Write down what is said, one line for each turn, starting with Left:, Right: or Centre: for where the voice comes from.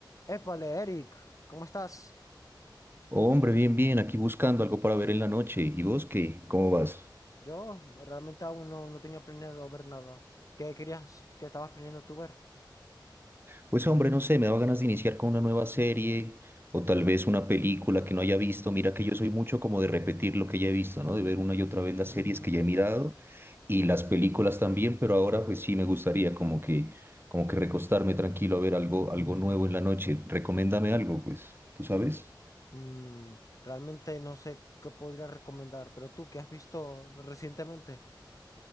Left: Épale, Eric, ¿cómo estás?
Right: Hombre, bien, bien, aquí buscando algo para ver en la noche. ¿Y vos qué? ¿Cómo vas?
Left: Yo realmente aún no, no tenía planeado ver nada. ¿Qué querías, qué estabas planeando tú ver?
Right: Pues hombre, no sé, me daba ganas de iniciar con una nueva serie o tal vez una película que no haya visto. Mira que yo soy mucho como de repetir lo que ya he visto, ¿no? De ver una y otra vez las
Left: Mm.
Right: series que ya he mirado y las películas también, pero ahora pues sí me gustaría como que como que recostarme tranquilo a ver algo algo nuevo en la noche. Recomiéndame algo, pues. ¿Tú sabes?
Left: Mm, realmente no sé qué podría recomendar, pero tú, ¿qué has visto recientemente?